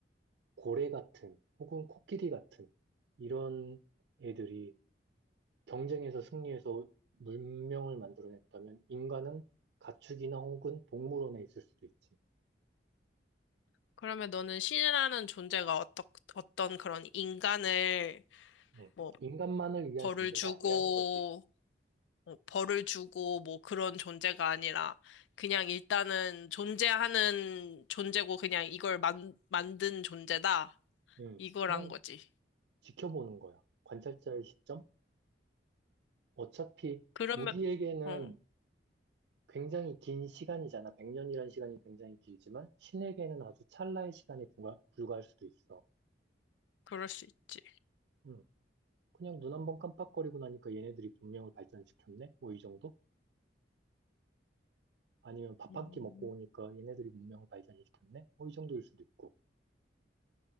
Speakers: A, on the right; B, on the left.
A: 고래 같은 혹은 코끼리 같은 이런 애들이 경쟁에서 승리해서 문명을 만들어냈다면 인간은 가축이나 혹은 동물원에 있을 수도 있지.
B: 그러면 너는 신이라는 존재가 어떠, 어떤 그런 인간을
A: 응.
B: 뭐
A: 인간만을 위한
B: 벌을
A: 존재가
B: 주고
A: 아니라는 거지.
B: 뭐 벌을 주고 뭐 그런 존재가 아니라 그냥 일단은 존재하는 존재고 그냥 이걸 만, 만든 존재다
A: 응.
B: 이거란
A: 그냥
B: 거지.
A: 지켜보는 거야. 관찰자의 시점? 어차피
B: 그러면
A: 우리에게는
B: 어
A: 굉장히 긴 시간이잖아. 100년이라는 시간이 굉장히 길지만 신에게는 아주 찰나의 시간에 불과, 불과할 수도 있어.
B: 그럴 수 있지.
A: 음. 그냥 눈 한번 깜빡거리고 나니까 얘네들이 문명을 발전시켰네? 뭐 이 정도? 아니면 밥
B: 음.
A: 한 끼 먹고 오니까 얘네들이 문명을 발전시켰네? 뭐 이 정도일 수도 있고.